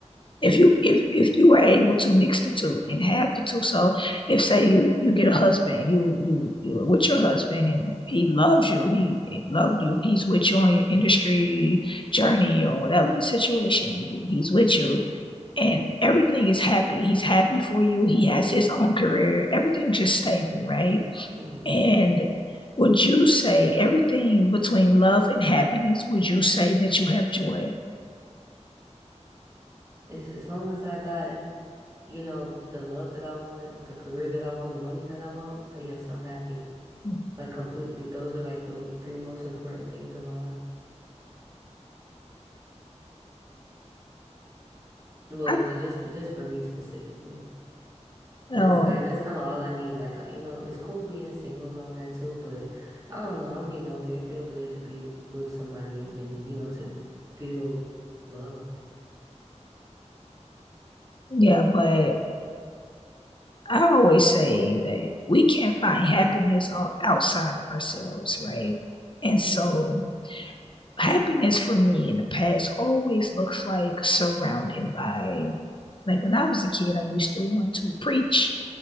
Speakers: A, on the left; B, on the right.
A: If you if if you are able to mix the two and have the two, so if say you you get a husband, you you you're with your husband and he loves you, he, he loved you, he's with you on your industry journey or whatever the situation may be, he's with
B: hmm
A: you and everything is happy. He's happy for you. He has his own career. Everything's just stable, right?
B: hmm
A: And would you say everything between love and happiness? Would you say that you have joy?
B: As as long as I got you know, the love that I want, the career that I want, the money that I want, uh, yes, I'm happy.
A: Mm-hmm.
B: Like completely. Those are like the m- three most important things in my life. Well,
A: I
B: ju- just for, just for me specifically.
A: well,
B: Like this, like that's kind of all I need. Like uh, you know, it's cool being single and all of that too, but I don't know. I'm getting older. It feel good to be with somebody and you know to feel loved.
A: yeah, but I always say that we can't find happiness o- outside of ourselves, right? And so
B: Mm-hmm.
A: happiness for me in the past always looks like surrounded by like when I was a kid, I used to want to preach